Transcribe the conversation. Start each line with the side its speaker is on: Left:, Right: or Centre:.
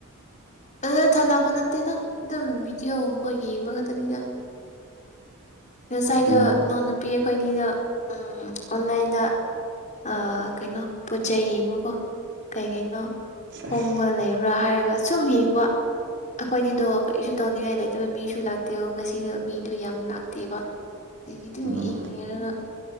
Left: ꯑꯗꯨ ꯊꯥꯅꯕ ꯅꯠꯇꯦꯗ ꯑꯗꯨꯝ ꯚꯤꯗꯤꯑꯣꯒꯨꯝꯕ ꯌꯦꯡꯕ ꯈꯛꯇꯅꯤꯗ ꯉꯁꯥꯏꯗꯣ
Right: ꯑꯁꯦꯡꯕ
Left: ꯏꯅꯥꯎꯅꯨꯄꯤ ꯑꯩꯈꯣꯏ ꯑꯅꯤꯗꯣ ꯑꯣꯟꯂꯥꯏꯟꯗ ꯑ ꯀꯩꯅꯣ ꯄꯣꯠ ꯆꯩꯩ ꯌꯦꯡꯕꯀꯣ ꯀꯩ ꯀꯩꯅꯣ
Right: ꯁꯦꯁ
Left: ꯍꯣꯡꯕ ꯂꯩꯕ꯭ꯔꯥ ꯍꯥꯏꯔꯒ ꯁꯨꯝ ꯌꯦꯡꯕ ꯑꯩꯈꯣꯏꯅꯤꯗꯣ ꯀꯔꯤꯁꯨ ꯇꯧꯅꯤꯡꯉꯥꯏ ꯂꯩꯇꯕ ꯃꯤꯁꯨ ꯂꯥꯛꯇꯦꯕ ꯉꯁꯤꯗꯣ ꯃꯤꯗꯣ ꯌꯥꯝ ꯂꯥꯛꯇꯦꯕ ꯑꯗꯒꯤ ꯇꯨ
Right: ꯎꯝ
Left: ꯌꯦꯡꯉꯦꯔꯒ